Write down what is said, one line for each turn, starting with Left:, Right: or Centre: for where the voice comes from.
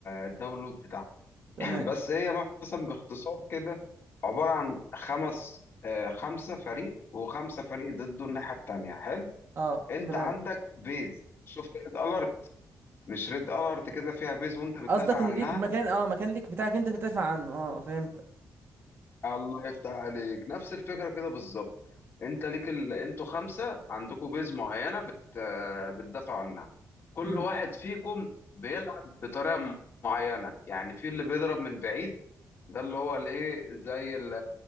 Left: الداونلود بتاعها
Right: تمام
Left: <clears throat> بس هي مثلا باختصار كده عبارة عن خمس آه، خمسة فريق وخمسة فريق ضده الناحية التانية حلو
Right: اه
Left: انت
Right: تمام
Left: عندك بيز شفت ريد الارت مش ريد الارت كده فيها بيز وانت بتدافع
Right: قصدك ان
Left: عنها
Right: ليك مكان اه مكان ليك بتاعك انت بتدافع عنه اه فهمت
Left: الله يفتح عليك نفس الفكرة كده بالظبط انت ليك ال... انتوا خمسة عندكم بيز معينة بت... بتدافعوا عنها كل
Right: امم
Left: واحد فيكم بيلعب بطريقة معينة يعني في اللي بيضرب من بعيد ده اللي هو الايه زي ال...